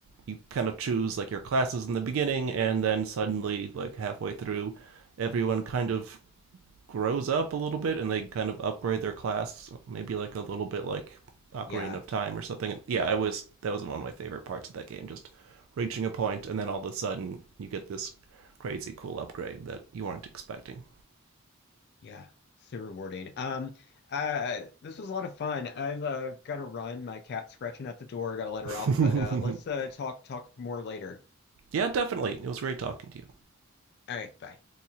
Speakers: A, on the right; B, on the left.
A: you kind of choose like your classes in the beginning, and then suddenly like halfway through, everyone kind of grows up a little bit and they kind of upgrade their class, maybe like a little bit like Ocarina
B: Yeah.
A: of Time or something. Yeah, I was that was one of my favorite parts of that game, just reaching a point and then all of a sudden you get this crazy cool upgrade that you weren't expecting.
B: Yeah, super rewarding. Um, uh, this was a lot of fun. I've uh, got to run. My cat's scratching at the door. Got to let her
A: <laughs>
B: out. But uh, let's uh, talk talk more later.
A: yeah, definitely. It was great talking to you.
B: All right, bye.